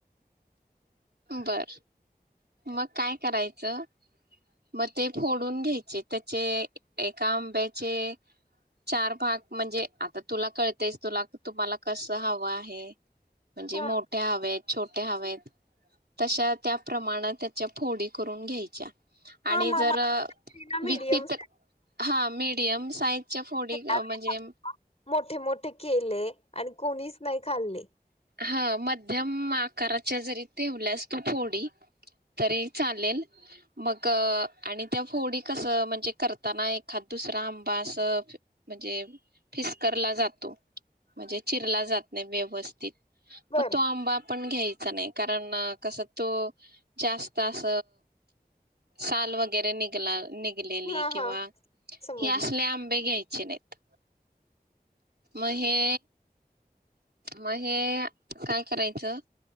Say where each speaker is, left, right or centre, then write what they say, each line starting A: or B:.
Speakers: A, on the right (about 85°); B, on the left (about 40°).
A: बर, मग काय करायचं मग ते फोडून घ्यायचे त्याचे एका आंब्याचे चार भाग म्हणजे, आता तुला कळतयचं तुला तुम्हाला कस हवं आहे. म्हणजे
B: हा
A: मोठ्या हवेत. छोटे हवेत. तशा त्या प्रमाणात त्याच्या फोडी करून घ्यायच्या.
B: हा
A: आणि
B: मामा
A: जर <unintelligible>
B: मीडियम
A: हा मिडीयम <unintelligible> च्या फोडी
B: साईज
A: म्हणजे
B: मोठे मोठे केले, आणि कोणीच नाही खाल्ले.
A: हा मध्यम आ कराच्या जरी ठेवल्यास तू फोडी, तरी चालेल मग आणि त्या फोडी कसं म्हणजे करताना एखाद दुसरा आंबा अस, म्हणजे फिसकरला जातो म्हणजे चिरला जात नाही व्यवस्थित.
B: बर
A: म तो आंबा. पण घ्यायचा नाही, कारण कस तो जास्त अस साल वगैरे निघला नि किडलेली
B: हा
A: किंवा
B: हा समजलं
A: हे असले आंबे घ्यायचे. चीनेत, म हे म हे काय करायचं?